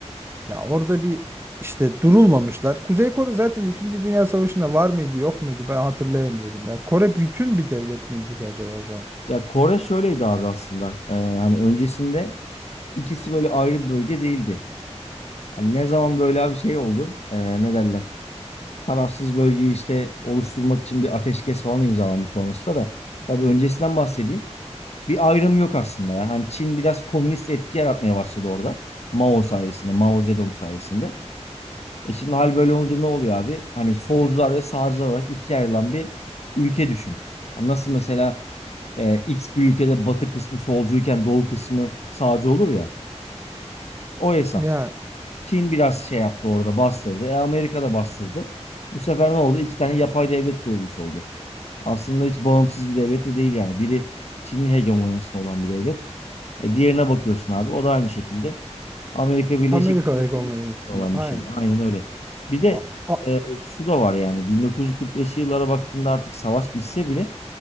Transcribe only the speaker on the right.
Ya orada bir işte durulmamışlar. Kuzey Kore zaten İkinci Dünya Savaşı'nda var mıydı yok muydu ben hatırlayamıyorum. Ya Kore bütün bir devlet miydi ki acaba o zaman?
Ya
Amerika
hegemonyasında
aynı.
A, a-